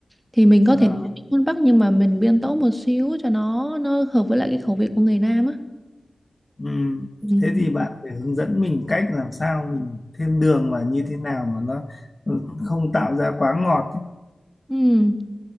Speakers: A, in the centre; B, on the left (about 25°).
A: Thì mình có
B: à.
A: thể nấu món Bắc nhưng mà mình biến tấu một xíu cho nó nó hợp với lại cái khẩu vị của người Nam á.
B: Ừm,
A: Ừ.
B: Thế thì bạn phải hướng dẫn mình cách làm sao mình thêm đường và như thế nào mà nó ừ, không tạo ra quá ngọt ấy.
A: Ừ.